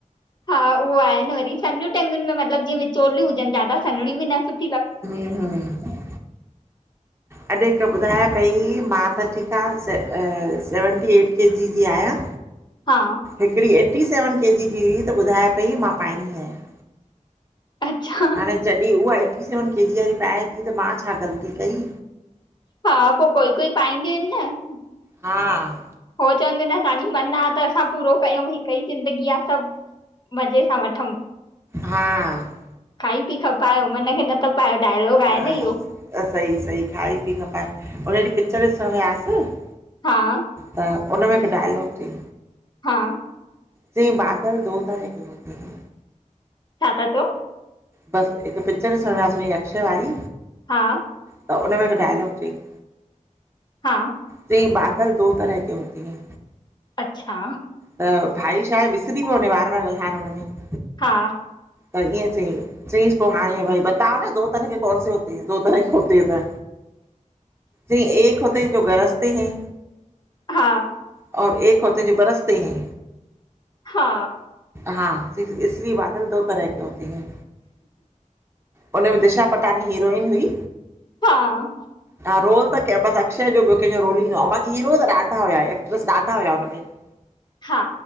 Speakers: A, on the left; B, on the right.
A: हा उहो आहे न वरी सनयूं टेंंगुनि में मतलबु जीअं विचोलियूं हुजन ज्यादा सनड़ियूं बि न सुठूं --
B: हूं -हूं। अॼु हिकु ॿुधाय पई मां त ठीक आ सेवनटी एट के जी -- जी आहियां
A: हा
B: हिकिड़ी एटी सेवन के जी जी हुई त ॿुधाय पेई मां पाईंदी आहियां।
A: अच्छा --
B: हाणे जॾहिं उहा एटी सेवन के जी वारी पाए थी त मां छा ग़लती कई।
A: हा पोइ कोई -कोई पाईंदियूं आहिन न।
B: हा --
A: हो चवंदी न असांजी मन आ त असां पूरो कयूं हिक ई ज़िंदगी आहे सभु -- मज़े सां वठूं --
B: हा --
A: खाई पी ख पायो मन खे न त पायो डायलॉग। आहे
B: हा
A: न इहो
B: सही- सही खाई पी खपाए उन ॾिई पिचर ॾिसणु वयासी --
A: हा --
B: त उनमें हिकु डायलॉग थी।
A: हा --
B: चय ई बादल दो तरह जी होत --
A: छा था चओ?
B: बस हिकु पिचर ॾिसण वियासीं अक्षय वारी।
A: हा --
B: त हुनन में हिकु डायलॉग तई -
A: हा
B: च इ बादल दो तरह के हुत है
A: अच्छा
B: त भाई छा आहे विसरी पियो वञे वार- वार ॻाल्हाइणु हुनमें।
A: हा
B: त ईएंं चईं चईसि पो हाणे भई बतायो न दो तरह के कोने दो तरह होत ह त जी हिकु होत जो गरज ते है।
A: हा।
B: औ एक होते जो बरसते हैं।
A: हा।
B: हा, इसलिए बादल दो तरह के होते हैं, उन्हमें दिशा पटानी हीरोइन हुई
A: हा।
B: ह रोल त केंह, बसि अक्षय जो ॿियो कंहिंजो रोल ही ना हुयो, अंउं बाकी हीरो त ॾाढा हुया एक्ट्रस ॾाढा हुया उन्ह में। अ <inaudible>
A: हा